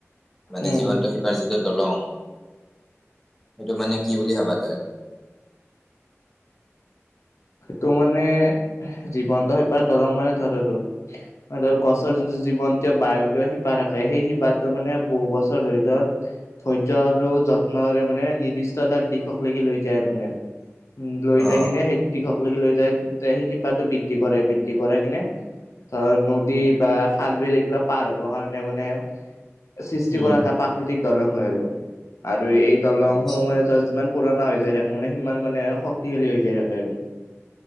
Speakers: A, in the centre; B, on the left (about 80°).
A: মানে
B: উম
A: জীৱন্ত শিপাৰ যিটো দলং, সেইটো মানে কি বুলি ভাবা তই?
B: সেইটো মানে জীৱন্ত শিপাৰ দলং মানে ধৰ আৰু। ধৰ গছৰ যোনটো জীৱন্ত বায়বীয় শিপা থাকে সেই শিপাটো মানে বহু বছৰ ধৰি ধৰ ধৈৰ্য্য আৰু যত্নৰে মানে নিৰ্দিষ্ট এটা দিশক লগি লৈ যায় আৰু মানে। উম লৈ
A: অ
B: যাই কিনে সেই দিশক লেগি লৈ যায় সেই শিপাটো বৃদ্ধি কৰে বৃদ্ধি কৰে কিনে ধৰ নদী বা খাল, বিল এইবিলাক পাৰ হ'ব কাৰণে মানে সৃষ্টি
A: উম
B: কৰা এটা প্ৰাকৃতিক দলং হয় আৰু, আৰু এই দলং
A: আচ্ছা
B: সমূহ মানে তই যিমান পুৰণা হৈ যায় থাকে মানে, সিমান মানে শক্তিশালী হৈ যায় থাকে আৰু